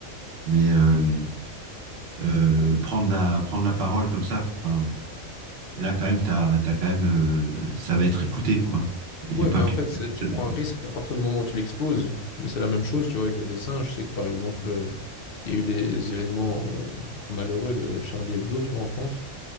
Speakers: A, on the right (about 55°); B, on the left (about 60°).
A: Mais, euh, euh, prendre la, prendre la parole comme ça, enfin, là, quand même, t'as, t'as quand même, euh, ça va être écouté, quoi.
B: Ouais,
A: Et pas
B: mais en
A: que,
B: fait,
A: pas
B: c'est-
A: qu'une
B: tu
A: seule
B: prends
A: personne.
B: un risque à partir du moment où tu l'exposes. Mais c'est la même chose, tu vois, avec les dessins. Je sais que par exemple, euh, il y a eu les événements euh, malheureux de Charlie Hebdo, tu vois, en France.